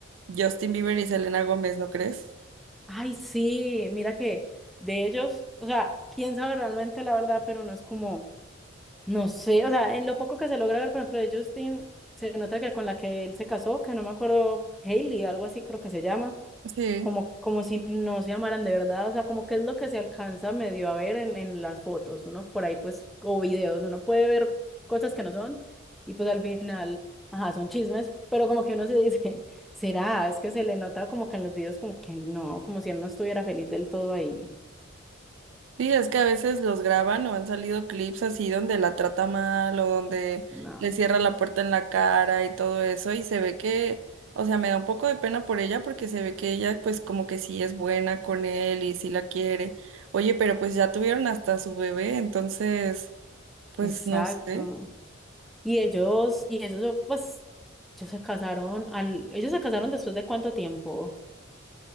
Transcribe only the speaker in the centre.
Ay, sí, mira que de ellos, o sea, quién sabe realmente la verdad, pero no es como, no sé, o sea, en lo poco que se logra ver, por ejemplo, de Justin, se nota que con la que él se casó, que no me acuerdo, Hailey, algo así creo que se llama.
como, como si no se amaran de verdad, o sea, como que es lo que se alcanza medio a ver en, en las fotos, uno por ahí pues, o videos, uno puede ver cosas que no son y pues al final, ajá, son chismes, pero como que uno se dice, <laughs> será, es que se le nota como que en los videos como que no, como si él no estuviera feliz del todo ahí.
No.
Exacto.
Y ellos, y ellos, pues, ellos se casaron al, ellos se casaron después de cuánto tiempo,